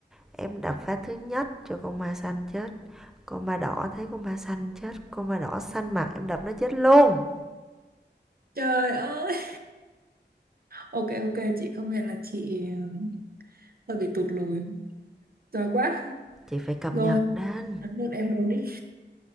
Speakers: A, in the centre; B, on the right (about 55°).
A: Em đập phá thứ nhất cho con ma xanh chứ. Con ma đỏ thấy con ma xanh chết, con ma đỏ xanh mặt em đập nó chết luôn.
B: Trời ơi! Ok ok, chị công nhận là chị ờ, hơi bị tụt lùi. Giỏi quá.
A: Chị phải cập
B: Rồi,
A: nhật đến.
B: thắng được em rồi đi.